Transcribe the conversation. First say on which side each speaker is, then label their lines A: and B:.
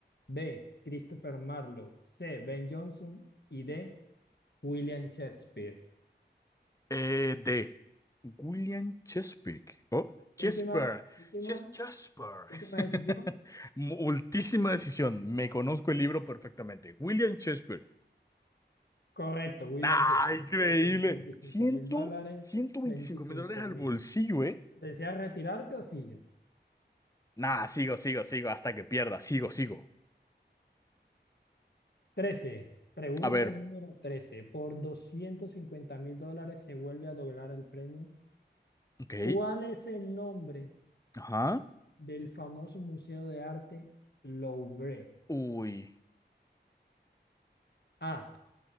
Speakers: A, on the left (about 65°); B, on the left (about 20°).
A: B. Christopher Marlowe. C. Ben Jonson. Y D. William Shakespeare.
B: Eh, de William Chesapeake. Oh, Chesper.
A: Última, última,
B: Ches Chesper.
A: última
B: <laughs>
A: decisión.
B: Multísima decisión. Me conozco el libro perfectamente. William Chesper.
A: Correcto, William
B: ¡Nah,
A: Shakespeare.
B: increíble!
A: Por ciento veinticinco
B: Ciento,
A: mil dólares,
B: 125
A: veinticinco
B: mil dólares al
A: mil.
B: bolsillo, ¿eh?
A: ¿Deseas retirarte o sigues?
B: Nah, sigo, sigo, sigo hasta que pierda. Sigo, sigo.
A: trece Pregunta
B: A ver.
A: número trece Por doscientos cincuenta mil dólares se vuelve a doblar el premio.
B: Ok.
A: ¿Cuál es el nombre
B: Ajá.
A: del famoso Museo de Arte Louvre?
B: Uy.
A: A.